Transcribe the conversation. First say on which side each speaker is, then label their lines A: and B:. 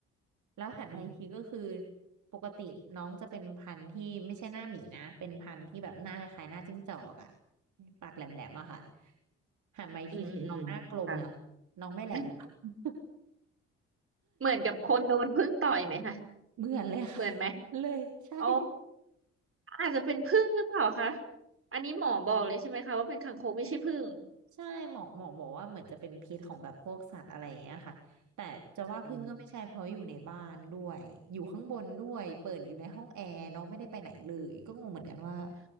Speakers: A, on the right; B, on the right.
A: แล้วหันมาอีกทีก็คือ
B: อืม
A: ปกติน้องจะเป็นพันธุ์ที่ไม่ใช่หน้าหมีนะเป็นพันธุ์ที่แบบหน้าคล้ายๆหน้าจิ้งจอกอะปากแหลมๆอะค่ะหันมาอีกทีคือน้องหน้ากลมแล้ว
B: อืมอืมอืมค่ะ
A: น้องไม่แหลมแล้ว
B: <laughs>
A: <laughs>
B: เหมือนกับคนโดนผึ้งต่อยไหมคะ
A: เหมือนเลยค่ะ
B: เหมือนไหม
A: <laughs> เลยใช่
B: โอ้ อาจจะเป็นผึ้งหรือเปล่าคะ อันนี้หมอบอกเลยใช่ไหมคะว่าเป็นคางคกไม่ใช่ผึ้ง
A: ใช่หมอกหมอกบอกว่าเหมือนจะเป็นพิษของแบบพวกสัตว์อะไรอย่างเงี้ยค่ะแต่จะว่าพึ่งก็ไม่ใช่เพราะอยู่ในบ้านด้วยอยู่ข้างบนด้วยเปิดอยู่ในห้องแอร์น้องไม่ได้ไปไหนเลยก็งงเหมือนกันว่า
B: อืม